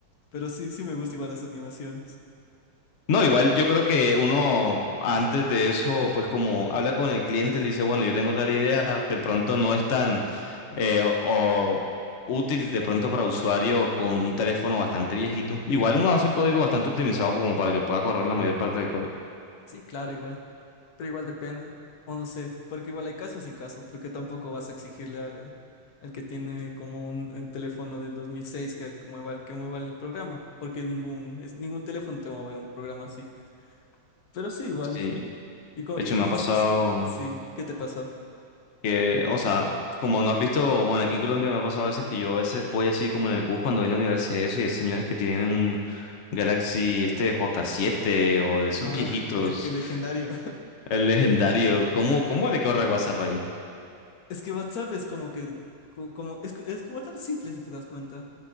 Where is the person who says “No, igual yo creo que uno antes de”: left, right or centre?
Left